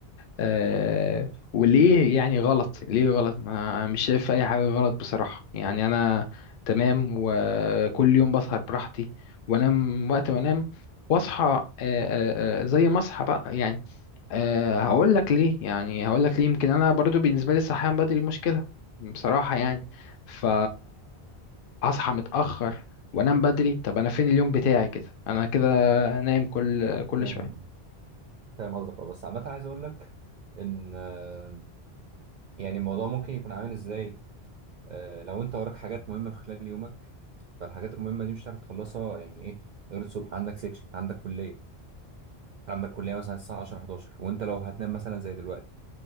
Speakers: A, on the left; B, on the right.
A: آه وليه يعني غلط ليه غلط ما مش شايف اي حاجة غلط بصراحة يعني انا تمام وكل يوم بسهر براحتي وانام وقت ما انام واصحى آه، آه، آه، زي ما اصحى بقى يعني أه هقول لك ليه يعني هقول لك ليه يمكن انا برضو بالنسبة لي الصحيان بدري مشكلة بصراحة يعني ف اصحى متأخر وانام بدري طب انا فين اليوم بتاعي كده انا كده نايم كل كل
B: فاهم
A: شوية
B: فاهم قصدك اه بس عامه عايز اقول لك ان آه، يعني الموضوع ممكن يكون عامل ازاي آه، لو انت وراك حاجات مهمه في خلال يومك فالحاجات المهمه دي مش هتعرف تخلصها يعني ايه غير الصبح عندك سكشن عندك كليه عندك كلية مثلا الساعة 10 11 وانت لو هتنام مثلا زي دلوقتي